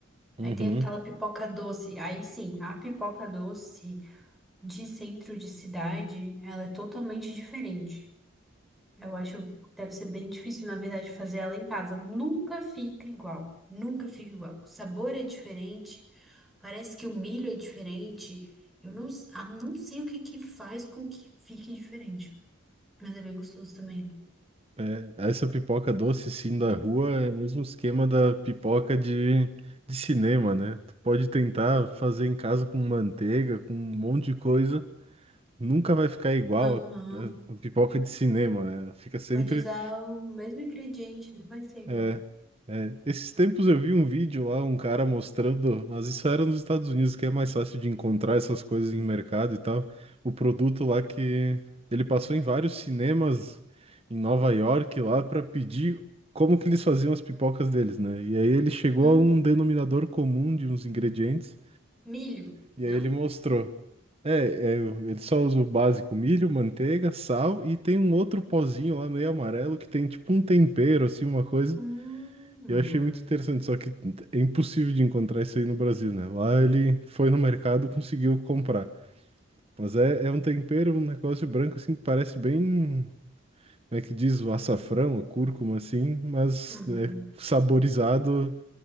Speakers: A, on the right (about 30°); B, in the centre.
A: Uhum.
B: Aí tem aquela pipoca doce. Aí sim, a pipoca doce. de centro de cidade, ela é totalmente diferente. Eu acho que deve ser bem difícil, na verdade, fazer ela em casa. Nunca fica igual. Nunca fica igual. O sabor é diferente. Parece que o milho é diferente. Eu não, s- ah, não sei o que que faz com que fique diferente. Mas é bem gostoso também.
A: É, essa pipoca doce, sim, da rua é o mesmo esquema da pipoca de, de cinema, né? Tu pode tentar fazer em casa com manteiga, com um monte de coisa, Nunca vai ficar igual
B: Aham.
A: a, a pipoca de cinema, né? Fica sempre.
B: Pode usar o mesmo ingrediente, não vai ser igual.
A: é, é. Esses tempos eu vi um vídeo lá, um cara mostrando, mas isso era nos Estados Unidos, que é mais fácil de encontrar essas coisas em mercado e tal. O produto lá que ele passou em vários cinemas em Nova York lá para pedir como que eles faziam as pipocas deles, né? E aí ele chegou
B: Hum,
A: a um denominador comum de uns ingredientes.
B: milho,
A: E
B: não?
A: aí ele mostrou. É, é, ele só usa o básico milho, manteiga, sal e tem um outro pozinho lá meio amarelo que tem tipo um tempero, assim, uma coisa.
B: Hum.
A: E eu achei muito interessante, só que é impossível de encontrar isso aí no Brasil, né? Lá ele foi no mercado, conseguiu comprar. Mas é, é um tempero, um negócio branco assim que parece bem, como é que diz, o açafrão, a cúrcuma assim, mas
B: Uhum.
A: é, saborizado